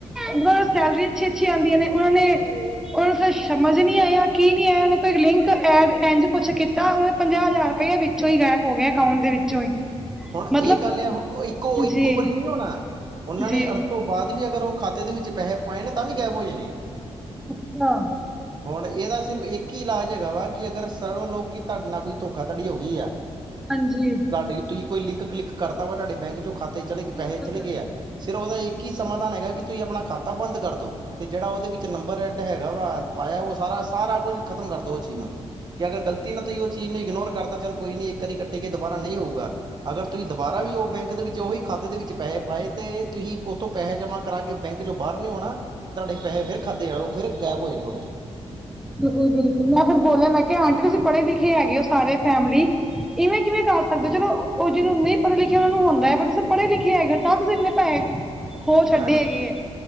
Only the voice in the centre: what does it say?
ਮਤਲਬ ਸੈਲਰੀ ਅੱਛੀ ਅੱਛੀ ਆਉਂਦੀਆਂ ਨੇ ਉਹਨਾਂ ਨੇ ਉਹਨੂੰ ਸਮਝ ਨੀ ਆਇਆ ਕੀ ਨੀ ਆਇਆ ਉਹਨੇ ਕੋਈ ਲਿੰਕ ਐਡ ਇੰ ਕੁਛ ਕੀਤਾ ਉਹਨੇ ਪੰਜਾਹ ਹਜ਼ਾਰ ਰੁਪਆ ਵਿੱਚੋਂ ਹੀ ਗਾਇਬ ਹੋ ਗਿਆ ਅਕਾਊਂਟ ਦੇ ਵਿੱਚੋਂ ਹੀ
ਮਤਲਬ
ਜੀ
ਜੀ
ਅੱਛਾ।
ਹਾਂਜੀ।
ਬਿਲਕੁਲ
ਬਿਲਕੁਲ
ਜੀ
ਬਿਲਕੁਲ, ਬਿਲਕੁਲ ਮੈਂ ਫਿਰ ਬੋਲਿਆ ਮੈਂ ਕਿਹਾ ਆਂਟੀ ਤੁਸੀਂ ਪੜ੍ਹੇ ਲਿਖੇ ਹੈਗੇ ਹੋ ਸਾਰੇ ਫੈਮਿਲੀ। ਇਵੇਂ ਕਿਵੇਂ ਕਰ ਸਕਦੇ ਹੋ ਚਲੋ ਉਹ ਜਿਹਨੂੰ ਨਹੀਂ ਪੜ੍ਹੇ ਲਿਖੇ ਉਹਨਾਂ ਨੂੰ ਹੁੰਦਾ ਹੈ, ਪਰ ਤੁ ਪੜ੍ਹੇ ਲਿਖੇ ਹੈਗੇ ਤਾਂ ਤੁਸੀਂ ਇੰਨੇ ਪੈਸੇ। ਖੋ ਛੱਡੇ
ਹੈਗੇ ਹੈ